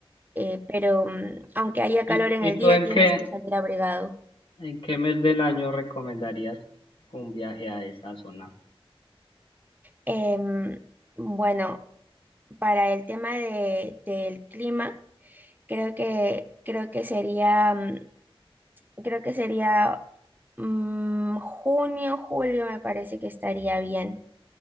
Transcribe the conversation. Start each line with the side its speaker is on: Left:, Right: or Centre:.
Right: eh, pero mm, aunque haya calor
Left: ¿Y,
Right: en
Left: y
Right: el
Left: tú
Right: día,
Left: en
Right: tienes
Left: qué,
Right: que salir abrigado.
Left: en qué mes del año recomendarías un viaje a esa zona?
Right: Em, bueno, para el tema de, del clima, creo que, creo que sería, mm, creo que sería mm, junio, julio, me parece que estaría bien.